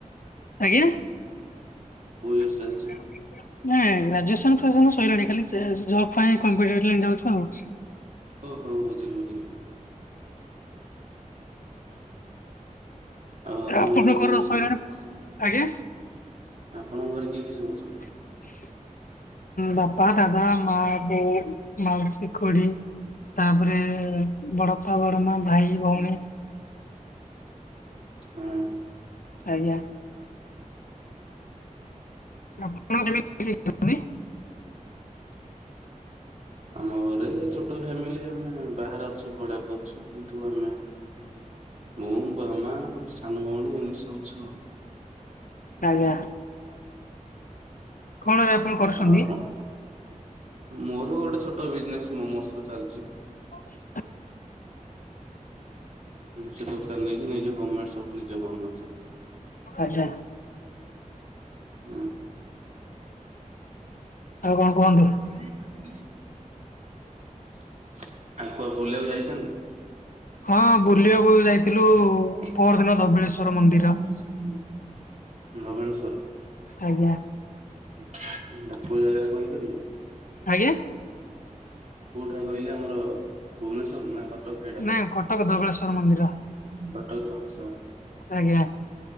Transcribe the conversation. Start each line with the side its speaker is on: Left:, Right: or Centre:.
Left: ଆଜ୍ଞା। ନାଇଁ
Right: କୋଉ ଇୟର ଚାଲିଛି?
Left: ଗ୍ରାଜୁଏସନ ଫାଯୁଏସନ୍ ସଇଲାଣି ଖାଲି ସେ ଜବ୍ ପାଇଁ କମ୍ପିଟେଟିଭ ଲାଇନ୍ ଯାଉଛୁ ଆଉ।
Right: ହଉ ହଉ ବୁଝିଲି ବୁଝିଲି। ଆଉ ଆପଣଙ୍କ
Left: ଆପଣଙ୍କର
Right: ଘରେ କିଏ କିଏ ସବୁ
Left: ସଇଲାଣି
Right: ଅଛନ୍ତି?
Left: ଆଜ୍ଞା।
Right: ଆପଣଙ୍କ ଘରେ କିଏ କିଏ ସବୁଅଛନ୍ତି?
Left: <inaudible> ବାପା ଦାଦା ମା ବୋଉ ମାଉସୀ ଖୁଡ଼ି। ତାପରେ ବଡପା ବଡ ମା ଭାଇ ଭଉଣୀ।
Right: ହଁ।
Left: ଆଜ୍ଞା। ଆପଣଙ୍କର <unintelligible> କିଏ କିଏ ଅଛନ୍ତି?
Right: ଆମ ଘରେ ଛୋଟ ଫ୍ୟାମିଲି ଆମେ ବାହାରେ ଅଛୁ ଭଡାକୁ ଅଛୁ। <unintelligible> ମୁଁ ବାବା ମା ସାନ ଭଉଣୀ ଏମିତି ସବୁଅଛୁ ଆଉ।
Left: ଆଜ୍ଞା। କଣ ଏବେ ଆପଣ କରୁଛନ୍ତି?
Right: ଆଉ କଣ ମୋର ଗୋଟେ ଛୋଟ ବିଜନେସ୍ ମୋମୋସ ର ଚାଲିଛି।
Left: <inaudible>
Right: ନିଜ ଦୋକାନ ନେଇଛି ନିଜ ହମେଡ ସବୁ ନିଜ ବନଉଛି।
Left: ଆଛା।
Right: ହୁଁ।
Left: ଆଉ କଣ କୁହନ୍ତୁ?
Right: ଆଉ କୁଆଡେ ବୁଲିବାକୁ ଯାଇଛନ୍ତି?
Left: ହଁ ବୁଲିବାକୁ
Right: ହଁ
Left: ଯାଇଥିଲୁ
Right: ବୁଲିବାକୁ <unintelligible> <unintelligible>
Left: ପରଦିନ ଧବଳେଶ୍ଵର ମନ୍ଦିର।
Right: ଧବଳେଶ୍ୱର।
Left: ଆଜ୍ଞା।
Right: ସେଟା କୋଉ ଜାଗାରେ କହିପାରିବେ?
Left: ଆଜ୍ଞା।
Right: କୋଉଟା କହିଲେ ଆମର ଭୁବନେଶ୍ଵର ନା କଟକ ରେ ଏଇଟା
Left: ନା
Right: ପଡୁଛି?
Left: କଟକ ଧବଳେଶ୍ଵର ମନ୍ଦିର
Right: କଟକ ଧବଳେଶ୍ୱର।
Left: ଆଜ୍ଞା।